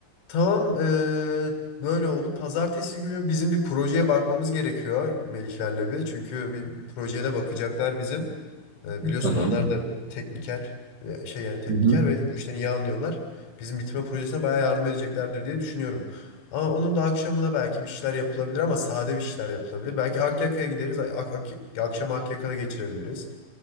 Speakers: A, on the left; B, on the right.
A: Tamam. eee, böyle oldu. Pazartesi günü bizim bir projeye bakmamız gerekiyor Melihlerle bir. Çünkü bir projeye de bakacaklar bizim. E, biliyorsun
B: Tamam.
A: onlar da tekniker e, şey yani tekniker
B: Hı hı.
A: ve bu işten iyi anlıyorlar. Bizim bitirme projesine bayağı yardım edeceklerdir diye düşünüyorum. Ama onun da akşamına belki bir şeyler yapılabilir ama sade bir şeyler yapılabilir. Belki Akyaka'ya gideriz. Ak ak akşamı Akyaka'da geçirebiliriz.